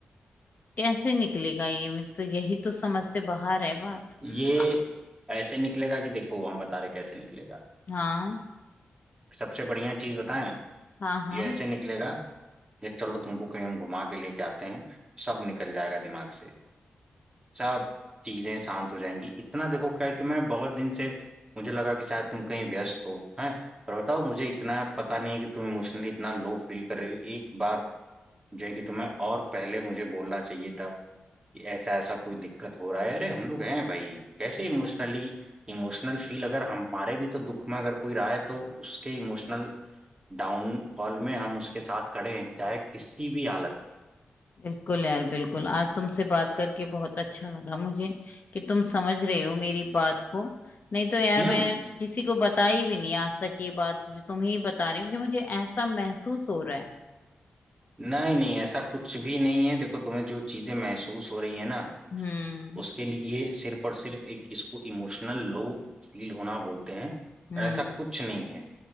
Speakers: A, on the left; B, on the right.
A: कैसे निकलेगा ये मैं तो यही तो समझ से बाहर है बात
B: ये
A: आ-
B: ऐसे निकलेगा कि देखो हम बता रहे कैसे निकलेगा
A: हाँ
B: सबसे बढ़िया चीज बताएं
A: हाँ हाँ
B: ये ऐसे निकलेगा ये चलो तुमको कहीं हम घुमा के लेके आते हैं सब निकल जाएगा दिमाग से सब चीजें शांत हो जाएंगी इतना देखो क्या है कि मैं बहुत दिन से मुझे लगा कि शायद तुम कहीं व्यस्त हो हैं पर बताओ मुझे इतना पता नहीं है कि तुम इमोशनली इतना लो फील कर रही हो एक बार जो है कि तुम्हें और पहले मुझे बोलना चाहिए था कि ऐसा ऐसा कोई दिक्कत हो रहा है अरे हम लोग हैं भाई कैसे इमोशनली इमोशनल फील अगर हमारे भी तो दुख में अगर कोई रहा है तो उसके इमोशनल डाउनफॉल में हम उसके साथ खड़े हैं चाहे किसी भी हालत
A: बिल्कुल यार बिल्कुल आज तुमसे बात करके बहुत अच्छा लगा मुझे कि तुम समझ रहे हो मेरी बात को नहीं तो यार
B: में
A: मैं
B: हम्म,
A: किसी को बताई भी नहीं आज तक ये बात जो तुम्हें ही बता रही हूँ कि मुझे ऐसा महसूस हो रहा है
B: नहीं नहीं ऐसा कुछ भी नहीं है देखो तुम्हें जो चीजें महसूस हो रही है ना
A: हम्म
B: उसके लिए सिर्फ और सिर्फ एक इसको इमोशनल लो फील होना बोलते हैं
A: हम्म
B: और ऐसा कुछ नहीं है